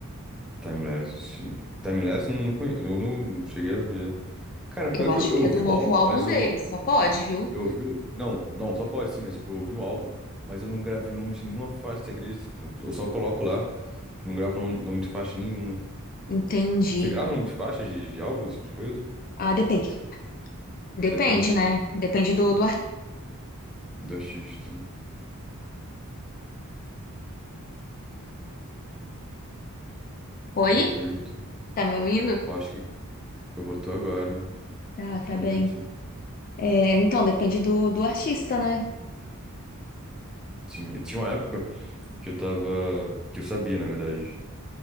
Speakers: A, in the centre; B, on the left.
A: Timeless, sim. Timeless eu não, conhe... eu não cheguei a ver. Cara, pior
B: Eu acho
A: que eu, eu
B: que
A: ouvi
B: é do novo
A: o álbum,
B: álbum
A: mas
B: dele,
A: eu,
B: só pode, viu?
A: eu ouvi o... Não, não, só pode sim, mas tipo, eu ouvi o álbum, mas eu não gravei o nome de nenhuma faixa, você acredita? Tipo, Eu só coloco lá, não gravo o nome de faixa nenhuma.
B: Entendi.
A: Você grava um nome de faixa, de, de álbum, esse tipo de coisa?
B: Ah, depende. Depende,
A: Depende
B: né? Depende do, do artista.
A: do artista. né?
B: Oi?
A: Perfeito.
B: Tá me ouvindo?
A: Eu acho que eu vou tô agora.
B: Ah, tá
A: Tô
B: bem.
A: ouvindo sim.
B: É, então, depende do, do artista, né?
A: Tinha, tinha uma época que eu tava. Que eu sabia, na verdade.